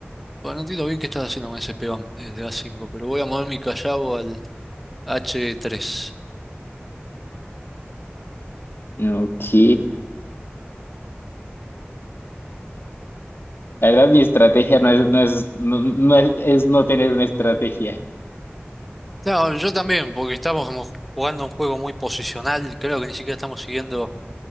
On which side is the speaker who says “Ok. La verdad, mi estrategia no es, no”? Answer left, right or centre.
Left